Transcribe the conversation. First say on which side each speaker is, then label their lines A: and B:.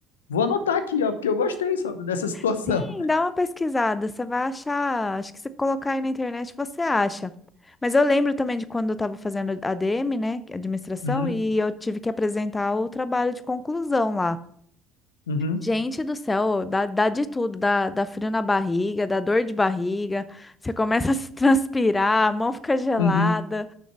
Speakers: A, on the left; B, on the left.
A: vou anotar aqui, ó, porque eu gostei, sabe, dessa <laughs> situação.
B: Sim, dá uma pesquisada, você vai achar. Acho que se colocar aí na internet você acha. Mas eu lembro também de quando eu estava fazendo ADM, né, administração,
A: Uhum,
B: e eu tive que apresentar o trabalho de conclusão lá.
A: uhum,
B: Gente do céu, dá, dá de tudo, dá, dá frio na barriga, dá dor de barriga, você começa a <laughs> se transpirar, a mão fica gelada.
A: uhum.